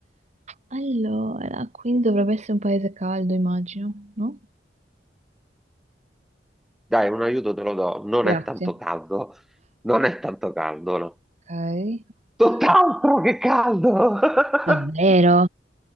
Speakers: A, on the right (about 40°); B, in the centre.
A: Allora, quindi dovrebbe essere un paese caldo, immagino, no?
B: Dai, un aiuto te lo do, non
A: Grazie.
B: è tanto caldo, non è tanto caldo, no.
A: Ok.
B: Tutt'altro che caldo! <laughs>
A: Davvero?